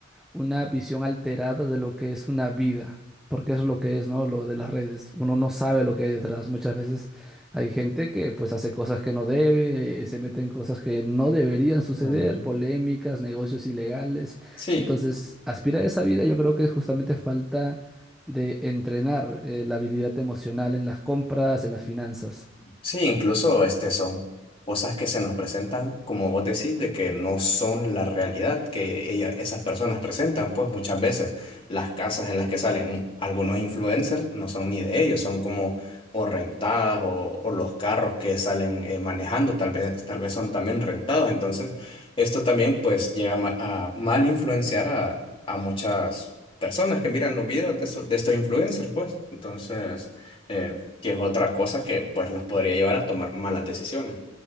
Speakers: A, in the centre; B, on the left.
A: una visión alterada de lo que es una vida, porque eso es lo que es, ¿no? Lo de las redes. Uno no sabe lo que hay detrás. Muchas veces hay gente que pues hace cosas que no debe, eh, se mete en cosas que no deberían suceder,
B: ujú.
A: polémicas, negocios ilegales.
B: Sí.
A: Entonces, aspirar a esa vida yo creo que justamente falta de entrenar eh, la habilidad emocional en las compras, en las finanzas.
B: Sí, incluso este son cosas que se nos presentan, como vos decís, de que no son la realidad que ella- esas personas presentan, pues muchas veces las casas en las que salen un- algunos influencers no son ni de ellos, son como o rentadas o, o los carros que salen eh, manejando, tal vez, tal vez son también rentados. Entonces, esto también pues llega a, ma- a mal influenciar a, a muchas personas que miran los videos de, eso- de estos influencers, pues. Entonces eh, que es otra cosa que pues los podría llevar a tomar malas decisiones.